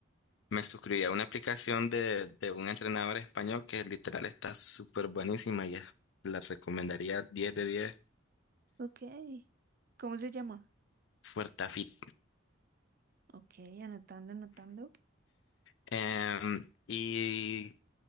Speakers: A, on the left; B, on the right.
A: me suscribí a una aplicación de, de un entrenador español que literal está súper buenísima y es- la recomendaría diez de 10.
B: Ok. ¿Cómo se llama?
A: Fuertafit.
B: Ok, anotando, anotando.
A: Em, y